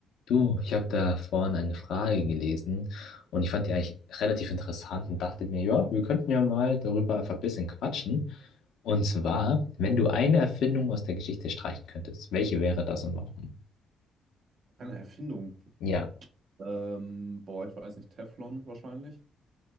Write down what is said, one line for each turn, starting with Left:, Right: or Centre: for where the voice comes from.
Left: Du, ich habe da vorhin eine Frage gelesen und ich fand die eigentlich relativ interessant und dachte mir, ja, wir könnten ja mal darüber einfach ein bisschen quatschen. Und zwar, wenn du eine Erfindung aus der Geschichte streichen könntest, welche wäre das und warum?
Right: Eine Erfindung.
Left: Ja.
Right: Ähm, boah, ich weiß nicht, Teflon wahrscheinlich.